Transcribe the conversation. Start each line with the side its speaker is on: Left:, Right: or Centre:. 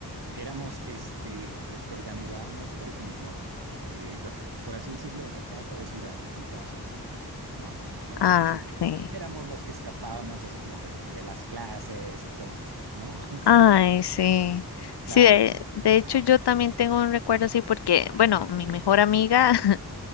Right: éramos este, los que organizábamos, por ejemplo, eh, bueno, por así decirlo, o sea, cada travesura cuando estábamos en la secundaria, ¿no? Por así
Left: Ah,
Right: decirlo.
Left: sí.
Right: Éramos los que escapábamos así como de, de las clases y todo esto, ¿no? <laughs> O sea,
Left: Ay, sí.
Right: claro,
Left: Sí, de,
Right: sí.
Left: de hecho
Right: Ajá.
Left: yo también tengo un recuerdo así porque, bueno, mi mejor amiga <laughs>